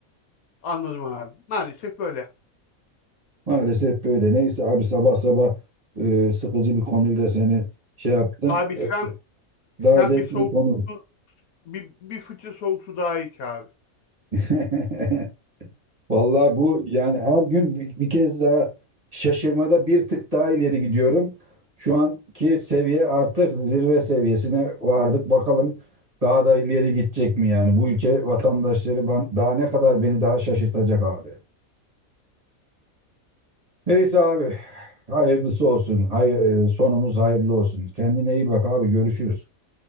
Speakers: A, on the left (about 80°); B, on the right (about 25°).
A: Anladım abi. Maalesef böyle.
B: Maalesef böyle. Neyse abi sabah sabah e, sıkıcı bir konuyla seni şey yaptım.
A: Abi
B: E,
A: sen
B: Daha
A: sen
B: zevkli
A: bir soğuk
B: bir konu.
A: su, bir, bir fıçı soğuk su daha iç abi.
B: <laughs> Vallahi bu yani her gün bir, bir kez daha şaşırmada bir tık daha ileri gidiyorum. Şu anki seviye artık zirve seviyesine vardık. Bakalım daha da ileri gidecek mi yani? Bu ülke vatandaşları ben, daha ne kadar beni daha şaşırtacak abi. Neyse abi hayırlısı olsun. Hayır, sonumuz hayırlı olsun. Kendine iyi bak abi görüşürüz.